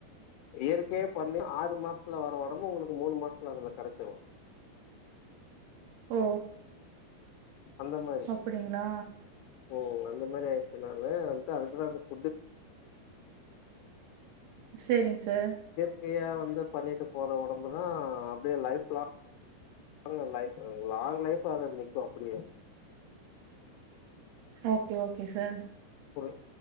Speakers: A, on the left (about 80°); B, on the right (about 75°).
A: இயற்கைய பண்ணி ஆறு மாசத்துல வர ஒடம்பு உங்களுக்கு மூணு மாசத்துல அதுல கரச்சுரு
B: ஓ
A: அந்த மாரி
B: அப்டிங்களா?
A: உம் அந்த மாரி ஆயிடுச்சுனால <unintelligible>
B: சேரிங்க சார்
A: கைய வந்து பண்ணிட்டு போற ஒடம்பு தா அப்டியே லைஃப் லாங் <unintelligible> லாங் லைஃப் நிக்கு அப்டியே
B: ஓகே ஓகே சார்
A: ஒரு